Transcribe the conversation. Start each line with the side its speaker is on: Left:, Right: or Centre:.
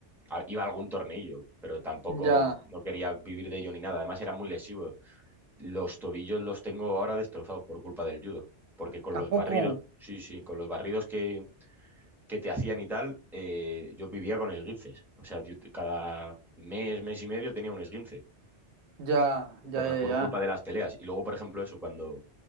Centre: a- iba algún tornillo, pero tampoco
Right: ya.
Centre: no quería vivir de ello ni nada. Además, era muy lesivo. Los tobillos los tengo ahora destrozados por culpa del judo, porque con los
Right: ¿A poco?
Centre: barridos, sí, sí, con los barridos que, que te hacían y tal, eh, yo vivía con esguinces. O sea, yo te- cada mes, mes y medio tenía un esguince
Right: Ya, ya,
Centre: por la,
Right: ya,
Centre: por
Right: ya.
Centre: culpa de las peleas. Y luego, por ejemplo, eso, cuando,